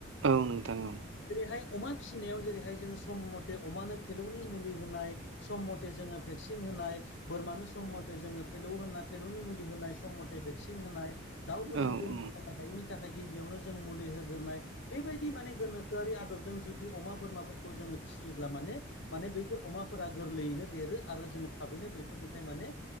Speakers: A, on the right; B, on the left.
A: औ नोंथां औ।
B: जेरैहाय अमा फिसिनायाव जेरैहाय जों सम मथे अमानो फेलौनि मुलि होनाय सम मथे जोङो भेक्सिन होनाय बोरमानो सम मथे जोङो फेलौ होनाय फेलौनि मुलि होनाय सम मथे भेक्सिन होनाय दाउफोरनो
A: औ
B: बेमार
A: औ
B: खालामनो हायिनि थाखाय गिबियावनो जों मुलि होग्रोनाय बेबायदि माने गोनोखोआरि आदबजों जुदि अमा बोरमाफोरखौ जोङो फिसियोब्ला माने माने बैफोर अमाफोरा गोरलैयैनो देरो आरो जोङो थाबैनो बेैफोरनिफ्राय माने